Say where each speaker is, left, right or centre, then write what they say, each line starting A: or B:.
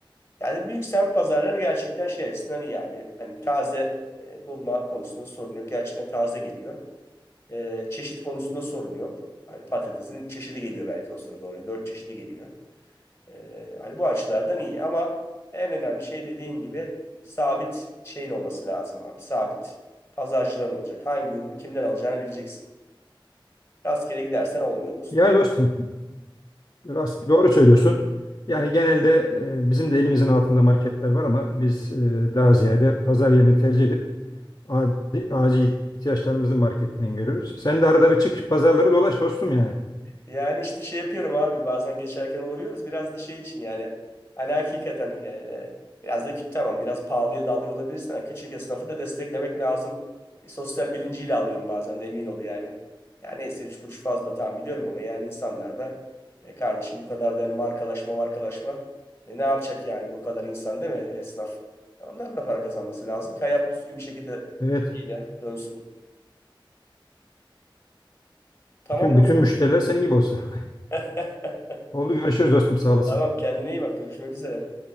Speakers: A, on the left (about 25°); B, on the left (about 45°).
A: Yani büyük semt pazarları gerçekten şey açısından iyi abi. Hani taze e, bulma konusunda sorun yok. Gerçekten taze geliyor. E, çeşit konusunda sorun yok. Hani patatesin üç çeşidi geliyor belki o sırada oraya. Dört çeşidi geliyor. Ee, hani bu açılardan iyi ama en önemli şey dediğim gibi sabit şeyin olması lazım abi. Sabit pazarcıların olacak. Hangi ürünü kimden alacağını bileceksin. Rastgele gidersen olmuyor dostum.
B: Yani
A: o.
B: dostum, rast, doğru söylüyorsun. Yani genelde e, bizim de elimizin altında marketler var ama biz e, daha ziyade pazar yerini tercih edip adi- acil ihtiyaçlarımızı marketten görüyoruz. Sen de arada bir çık pazarları dolaş dostum yani.
A: Yani işte şey yapıyorum abi bazen geçerken uğruyoruz biraz da şey için yani hani hakikaten e, biraz da kü- tamam biraz pahalıya da alıyor olabilirsin ama küçük esnafı da desteklemek lazım. E, sosyal bilinciyle alıyorum bazen de emin ol yani. Yani neyse üç kuruş fazla tamam biliyorum ama yani insanlar da e, kardeşim bu kadar da hani markalaşma markalaşma e, ne yapacak yani bu kadar insan değil mi esnaf? Onların da para kazanması lazım ki hayat düzgün bir şekilde
B: Evet.
A: şeyle dönsün. Tamam
B: Bütün
A: dostum.
B: bütün müşteriler senin gibi olsa.
A: <laughs>
B: Oldu görüşürüz dostum sağ olasın.
A: Tamam kendine iyi bak görüşmek üzere.